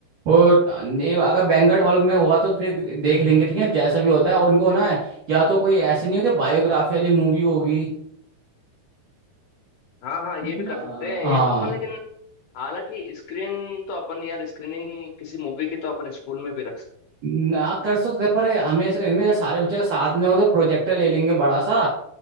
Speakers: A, on the right; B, on the left.
A: और नहीं अगर बैंक्वेट हॉल में हुआ तो फिर देख लेंगे ठीक है जैसा भी होता है और उनको ना या तो कोई ऐसे नहीं होते बायोग्राफी वाली मूवी होगी
B: हाँ हाँ ये भी
A: या-
B: कर सकते हैं
A: हाँ
B: ये तो अपन लेकिन हालांकि स्क्रीन तो अपन यार स्क्रीनिंग किसी मूवी की तो अपन स्कूल में भी रख सकते
A: ना कर सकते हैं, पर हमें ऐसे करेंगे ना, जब सारे बच्चे का साथ में हो तो प्रोजेक्टर ले लेंगे बड़ा सा